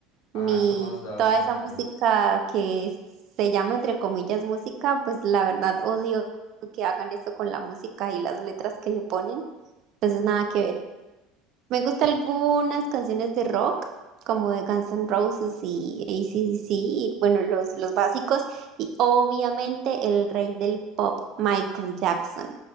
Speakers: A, on the left (about 70°); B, on the right (about 45°).
A: Ajá,
B: ni
A: somos dos,
B: toda
A: somos
B: esa música
A: dos.
B: que se llama entre comillas música, pues la verdad odio que hagan eso con la música y las letras que le ponen. Entonces nada que ver. Me gustan algunas canciones de rock, como de Guns N' Roses y AC/DC, y bueno, los, los básicos, y obviamente el rey del pop, Michael Jackson.